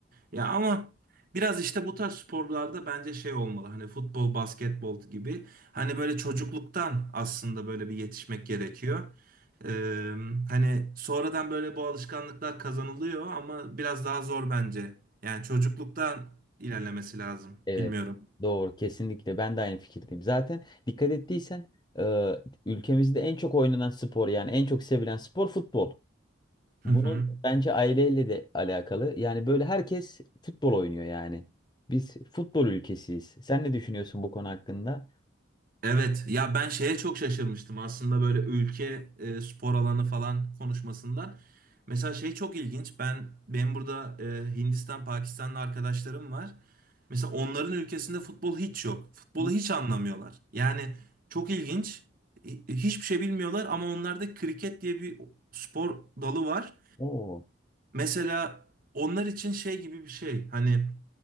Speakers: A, on the right; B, on the left.
A: Ya ama biraz işte bu tarz sporlarda bence şey olmalı. Hani futbol, basketbol gibi. Hani böyle çocukluktan aslında böyle bir yetişmek gerekiyor. Ee, hani sonradan böyle bu alışkanlıklar kazanılıyor ama biraz daha zor bence. Yani çocukluktan ilerlemesi lazım.
B: Evet.
A: Bilmiyorum.
B: Doğru. Kesinlikle. Ben de aynı fikirdeyim. Zaten dikkat ettiysen e, ülkemizde en çok oynanan spor yani en çok sevilen spor futbol.
A: Hı
B: Bunun
A: hı.
B: bence aileyle de alakalı. Yani böyle herkes futbol oynuyor yani. Biz futbol ülkesiyiz. Sen ne düşünüyorsun bu konu hakkında?
A: Evet ya ben şeye çok şaşırmıştım aslında böyle ülke e, spor alanı falan konuşmasından. Mesela şey çok ilginç. Ben benim burada e, Hindistan, Pakistanlı arkadaşlarım var. Mesela onların ülkesinde futbol hiç yok. Futbolu
B: Hı?
A: hiç anlamıyorlar. Yani çok ilginç. Hi- Hiçbir şey bilmiyorlar ama onlarda kriket diye bir spor dalı var.
B: Oo.
A: Mesela onlar için şey gibi bir şey. Hani